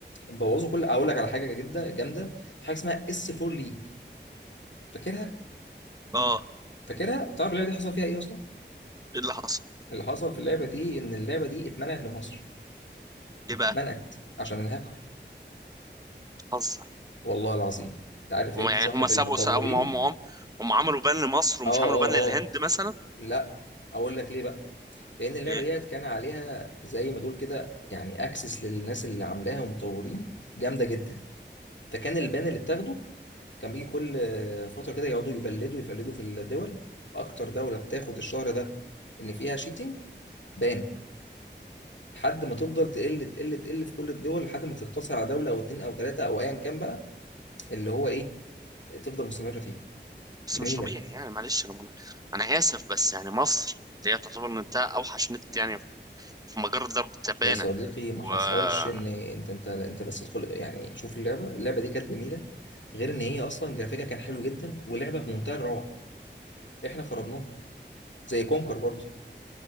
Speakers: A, on the left (about 75°); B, on the right (about 20°).
A: بوظوا كل اقول لك على حاجه جدا جامده في حاجه اسمها اس 4 ليج فاكرها
B: اه
A: فاكرها تعرف اللعبه دي حصل فيها ايه اصلا
B: ايه اللي حصل
A: اللي حصل في اللعبه دي ان اللعبه دي اتمنعت من مصر
B: ليه بقى
A: منعت عشان الهاكر
B: حظ
A: والله العظيم انت عارف
B: هم
A: انت
B: يعني
A: صاحب
B: هم سابوا
A: المطورين
B: هم هم هم هم عملوا بان لمصر ومش
A: اه
B: عملوا
A: اه
B: بان للهند
A: اه
B: مثلا
A: لا اقول لك ليه بقى لان اللعبه
B: ليه؟
A: ديت كان عليها زي ما تقول كده يعني اكسس للناس اللي عاملاها ومطورين جامده جدا فكان البان اللي بتاخده كان بيجي كل فترة كده يقعدوا يفلدوا يفلدوا في الدول أكتر دولة بتاخد الشهر ده إن فيها شيتنج بان لحد ما تفضل تقل تقل تقل في كل الدول لحد ما تقتصر على دولة أو اتنين أو تلاتة أو أيا كان بقى اللي هو إيه تفضل مستمرة فيها
B: بس
A: جميلة
B: مش طبيعي يعني معلش انا انا اسف بس يعني مصر اللي هي تعتبر نت اوحش نت يعني في مجرة ضرب التبانة
A: يا صديقي ما
B: و
A: حصلش
B: آه،
A: إن أنت أنت أنت بس تدخل يعني شوف اللعبة اللعبة دي كانت جميلة غير إن هي أصلا جرافيكها كان حلو جدا ولعبة في منتهى الروعة إحنا خربناها زي كونكر برضه